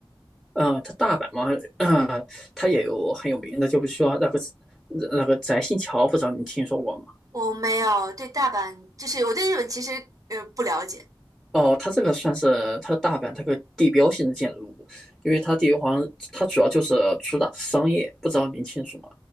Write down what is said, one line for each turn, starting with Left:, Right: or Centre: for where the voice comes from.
Centre: 呃，它大阪嘛，呃它也有很有名的，就是说那个那个翟新桥，不知道你听说过吗？
Right: 我没有对大阪，就是我对日本其实呃不了解。
Centre: 哦，它这个算是它大阪它个地标性的建筑物，因为它地好像它主要就是主打商业，不知道您清楚吗？